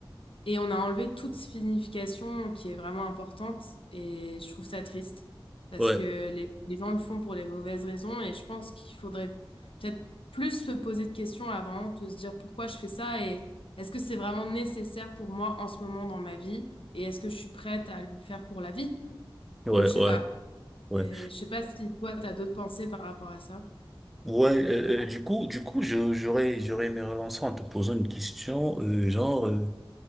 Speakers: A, on the left; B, in the centre.
A: Et on a enlevé toute signification qui est vraiment importante et je trouve ça triste parce
B: ouais,
A: que les, les gens le font pour les mauvaises raisons et je pense qu'il faudrait peut-être plus se poser de questions avant, de se dire pourquoi je fais ça et est-ce que c'est vraiment nécessaire pour moi en ce moment dans ma vie et est-ce que je suis prête à le faire pour la vie?
B: ouais,
A: Donc je sais
B: ouais,
A: pas.
B: ouais.
A: Et je sais pas si toi, tu as d'autres pensées par rapport à ça.
B: Ouais, euh, euh, du coup, du coup, je- j'aurais, j'aurais aimé relancer en te posant une question, euh, genre, euh,